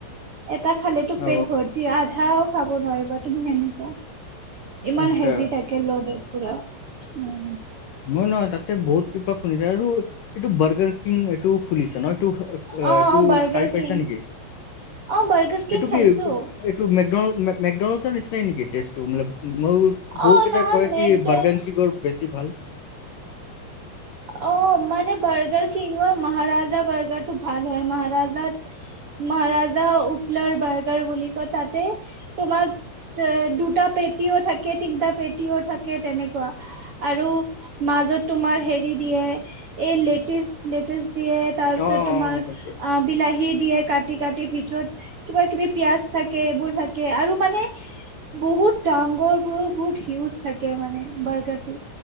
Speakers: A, on the right; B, on the left.
A: এটা খালেতো
B: অ
A: পেট ভৰ্তি আধাও খাব নোৱাৰিবা তুমি সেনেকুৱা ইমান
B: আচ্ছা
A: হেভি থাকে ল'ডৰ পুৰা উ
B: নহয় নহয় তাতে বহুত কিবা খুনিছে আৰু এইটো বাৰ্গাৰ কিং এইটো খুলিছে ন ত
A: অ
B: তো
A: অ বাৰ্গাৰ
B: খাই পাইছা
A: কিং
B: নেকি?
A: অ বাৰ্গাৰ কিং
B: এইটো
A: খাইছো
B: কি এইটো মেকড্ মেকডনল্ডছৰ নিচিনাই নেকি ম মই বহুত
A: অ',
B: কেইটাই
A: নহয়
B: কয়
A: মেকডল
B: কি বাৰ্গাংকী গড় বেছি ভাল।
A: অ মানে বাৰ্গাৰ কিনো মহাৰাজা বাৰ্গাৰ টো ভাল হয় মহাৰাজাত মহাৰাজা উপলৰ বাৰ্গাৰ বুলি ক তাতে তোমাক এ দুটা পেটিও থাকে তিনটা পেটিও থাকে তেনেকুৱা আৰু মা মাজত তোমাৰ হেৰি দিয়ে, এই লেটিছ লেটিছ দিয়ে তাৰ
B: অ',
A: পিছত
B: অ',
A: তোমাৰ
B: গম পাইছোঁ।
A: অ বিলাহী দিয়ে কাটি কাটি ভিতৰত কিবা কিবি পিয়াজ থাকে এইবোৰ থাকে আৰু মানে- বহুত ডাঙৰ বোৰো বহুত সিউজ থাকে মানে বাৰ্গাৰটো